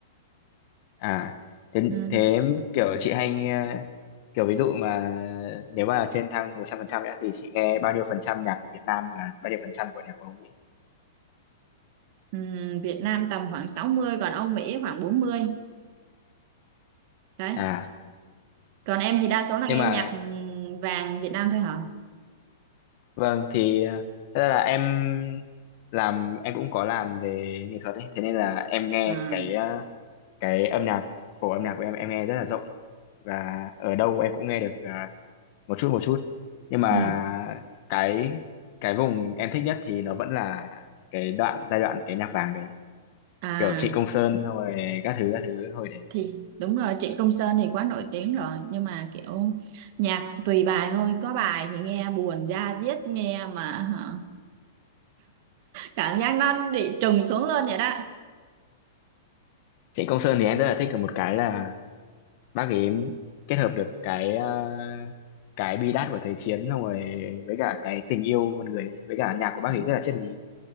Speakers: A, on the left; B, on the right.
A: À, thế,
B: ừ.
A: thế kiểu chị hay nghe, kiểu ví dụ mà nếu mà trên thang 100% nữa thì chị nghe bao nhiêu phần trăm nhạc của Việt Nam và bao nhiêu phần trăm của nhạc của Mỹ?
B: Ừ. Việt Nam tầm khoảng sáu mươi còn Âu Mỹ khoảng bốn mươi đấy
A: À,
B: còn em thì đa số là
A: nhưng
B: nghe
A: mà
B: nhạc ừ, vàng Việt Nam thôi hả
A: vâng thì ờ, thật ra là em làm em cũng có làm về nghệ thuật ấy, thế nên là em nghe
B: à
A: cái ờ, cái âm nhạc phổ âm nhạc của em em nghe rất là rộng và ở đâu em cũng nghe được ờ, một chút một chút. Nhưng mà
B: ừ.
A: cái cái vùng em thích nhất thì nó vẫn là cái đoạn giai đoạn cái nhạc vàng đấy
B: à
A: kiểu Trịnh Công Sơn xong rồi các thứ các thứ hồi đấy
B: thì đúng rồi Trịnh Công Sơn thì quá nổi tiếng rồi nhưng mà kiểu nhạc tùy bài thôi có bài thì nghe buồn da diết nghe mà hả, cảm giác nó bị trùng xuống luôn vậy đó
A: Trịnh Công Sơn thì em rất là thích ở một cái là bác ấy kết hợp được cái ờ, cái bi đát của thời chiến xong rồi với cả cái tình yêu con người ấy, với cả nhạc của bác
B: ừ,
A: ấy rất là triết lý